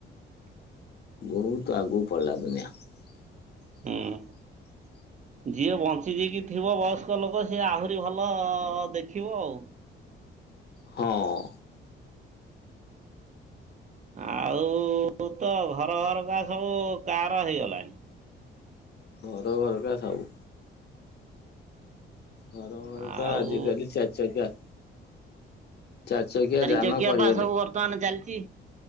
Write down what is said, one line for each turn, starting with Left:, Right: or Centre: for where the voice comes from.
Left: ବହୁତ ଆଗକୁ ପଳେଇଲା ଦୁନିଆଁ। <inaudible>
Right: ହୁଁ ଯିଏ ବଞ୍ଚିଯାଇକି ଥିବ ବୟସ୍କ ଲୋକ ସିଏ ଆହୁରି ଭଲ ଦେଖିବ ଆଉ।
Left: ହଁ।
Right: ଆଉ ତୁ ତ ଘର ଘର କା ସବୁ କାର ହେଇଗଲାଣି।
Left: ଘର ଘରକା ସବୁ। ଘର ଘରକା
Right: ଆଉ
Left: ଆଜିକାଲି ଚାରି ଚକକିଆ। ଚାରି ଚକିଆ ଯାନ
Right: ଚକିଆ
Left: କରିଗଲେ
Right: ପା ସବୁ ବର୍ତ୍ତମାନ ଚାଲିଛି।